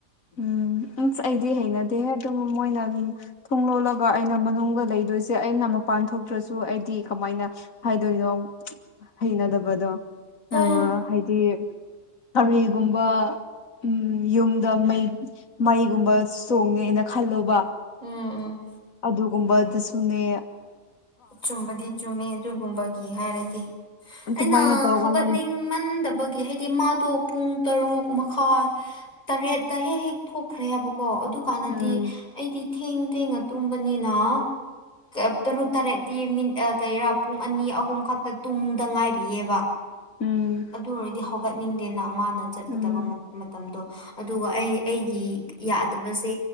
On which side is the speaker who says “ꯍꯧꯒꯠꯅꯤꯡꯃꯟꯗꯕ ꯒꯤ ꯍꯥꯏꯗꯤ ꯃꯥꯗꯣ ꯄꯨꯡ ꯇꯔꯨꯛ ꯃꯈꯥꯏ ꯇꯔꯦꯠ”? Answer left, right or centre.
Left